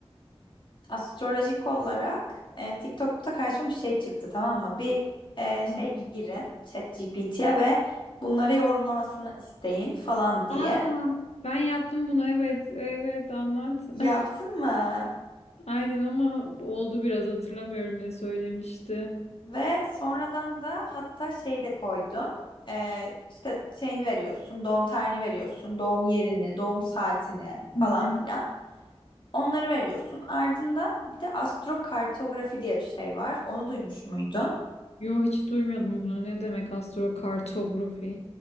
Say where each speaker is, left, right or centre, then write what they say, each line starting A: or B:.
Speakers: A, on the left; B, on the left.
A: astrolojik olarak e, TikTok'ta karşıma bir şey çıktı tamam mı? Bir e, şey
B: Hı.
A: girin ChatGPT'ye ve bunları yorumlamasını isteyin falan diye.
B: Aa, ben yaptım bunu. Evet, evet anlat.
A: Yaptın
B: <laughs>
A: mı?
B: Aynen ama oldu biraz hatırlamıyorum ne söylemişti.
A: Ve sonradan da hatta şey de koydum. E, işte şeyini veriyorsun, doğum tarihini veriyorsun, doğum yerini, doğum saatini falan
B: Hı hı.
A: filan. Onları veriyorsun. Ardından bir de astrokartografi diye bir şey var. Onu duymuş muydun?
B: Yo hiç duymadım bunu. Ne demek astrokartografi?